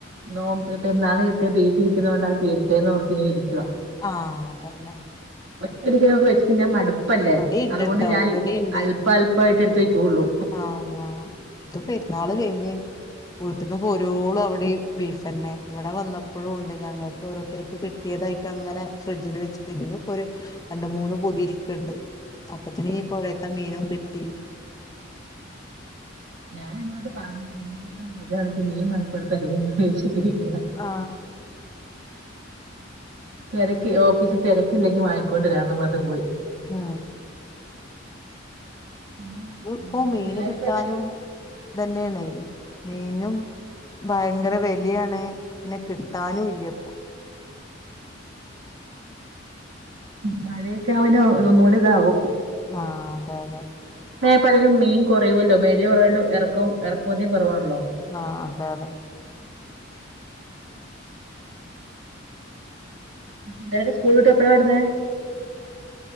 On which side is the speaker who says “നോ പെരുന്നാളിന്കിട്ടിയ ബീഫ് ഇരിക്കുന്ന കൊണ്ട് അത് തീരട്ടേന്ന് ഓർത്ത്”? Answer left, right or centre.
Right